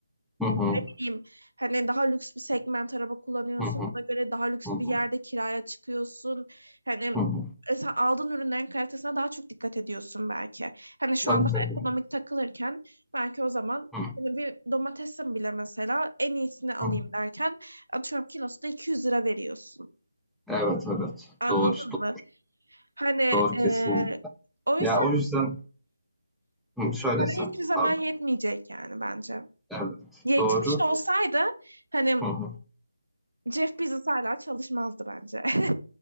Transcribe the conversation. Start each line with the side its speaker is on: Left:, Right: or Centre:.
Centre: Hı hı,
Right: ne bileyim hani daha lüks bir segment araba kullanıyorsun
Centre: hı hı,
Right: ona göre daha lüks
Centre: hı hı,
Right: bir yerde kiraya çıkıyorsun hani
Centre: hı hı.
Right: e, sen aldığın ürünlerin kalitesine daha çok dikkat ediyorsun belki. Hani şu
Centre: Tabii,
Right: an daha
Centre: tabii.
Right: ekonomik takılırken belki o zaman
Centre: Hı
Right: hani bir domatesin bile mesela en iyisini alayım
Centre: hı.
Right: derken atıyorum kilosuna 200 lira veriyorsun.
Centre: Evet, evet.
Right: Anladın
Centre: Doğru, doğru,
Right: mı? Hani
Centre: doğru kesin.
Right: e, o yüzden
Centre: Ya o yüzden hı, şöyle
Right: para
Centre: sen,
Right: hiçbir zaman
Centre: pardon.
Right: yetmeyecek yani bence.
Centre: Evet,
Right: Yetmiş
Centre: doğru.
Right: olsaydı hani
Centre: Hı hı,
Right: Jeff Bezos hala çalışmazdı bence. <laughs>